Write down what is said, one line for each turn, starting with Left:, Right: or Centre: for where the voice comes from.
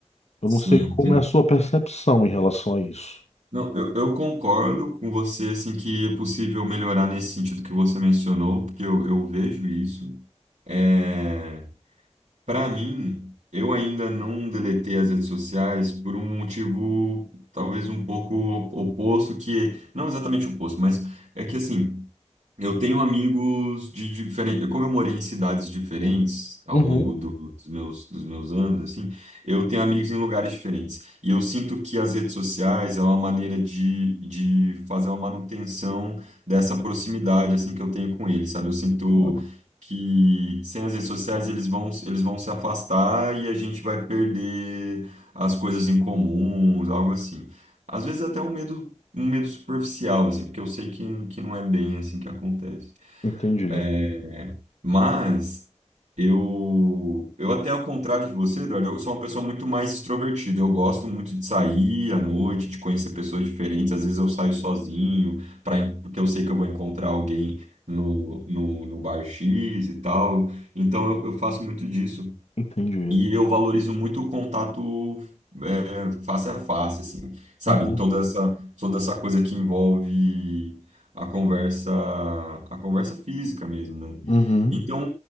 Left: Eu
Right: Sim.
Left: não sei como é a sua percepção em relação a isso.
Right: Não, eu, eu concordo com você, assim, que é possível melhorar nesse sentido que você mencionou, porque eu, eu vejo isso. É, para mim, eu ainda não deletei as redes sociais por um motivo talvez um pouco oposto, que não exatamente oposto, mas é que assim. Eu tenho amigos de diferentes. Como eu morei em cidades diferentes ao
Left: Uhum.
Right: longo do- dos meus, dos meus anos, assim, eu tenho amigos em lugares diferentes. E eu sinto que as redes sociais é uma maneira de, de fazer uma manutenção dessa proximidade, assim, que eu tenho com eles, sabe? Eu sinto
Left: Claro.
Right: que sem as redes sociais eles vão, eles vão se afastar e a gente vai perder as coisas em comuns, algo assim. Às vezes até um medo um medo superficial, assim, porque eu sei que, que não é bem assim que acontece.
Left: Entendido.
Right: É, mas eu, eu até ao contrário de você, Eduardo, eu sou uma pessoa muito mais extrovertida. Eu gosto muito de sair à noite, de conhecer pessoas diferentes. Às vezes eu saio sozinho, pra, porque eu sei que eu vou encontrar alguém no, no, no bar X e tal. Então eu, eu faço muito disso.
Left: Entendido.
Right: E eu valorizo muito o contato é, face a face, assim, sabe?
Left: Aham.
Right: Toda essa, toda essa coisa que envolve a conversa, a conversa física mesmo, né?
Left: Uhum.
Right: Então,